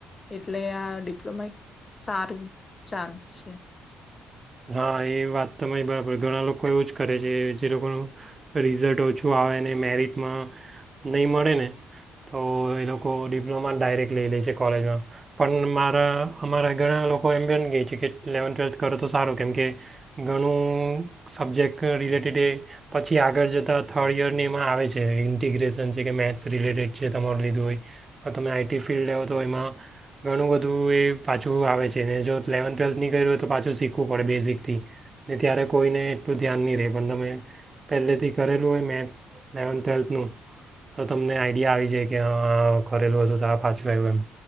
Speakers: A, on the left; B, on the right.
A: એટલે આ ડિપ્લોમા એક સારું ચાન્સ છે
B: હા એ વાત તમારી બરાબર ઘણા લોકો એવું જ કરે છે જે લોકોનું રિઝલ્ટ ઓછું આવે ને મેરિટમાં નહીં મળે ને તો એ લોકો ડિપ્લોમા ડાયરેક્ટ લઈ લે છે કોલેજમાં પણમાં અમારા ઘણા લોકો કો એમ બન ગઈ છે કે લલેવન્થ ટ્વેલ્થ કરો તો સારું કેમ કે ઘણું સબ્જેક્ટ રિલેટેડ એ પછી આગળ જતાં થર્ડ યરની એમાં આવે છે ઇન્ટિગ્રેશન છે કે મેથ્સ રિલેટેડ છે તમારું લીધું હોય તમે આઈટી ફિલ્ડ લેવો તો એમાં ઘણું બધું એ પાછું આવે છે ને જો ઇલેવન્થ ટ્વેલ્થની કર્યું હોય તો પાછું શીખવું પડે બેઝિકથી ને ત્યારે કોઈને એટલું ધ્યાન નહીં રહે પણ તમે પહેલેથી કરેલું હોય મેથ્સ લલેવન્થ ટ્વેલ્થનું તો તમને આઈડિયા આવી જાય કે હા કરેલું હતું તો આ પાછું આવ્યું એમ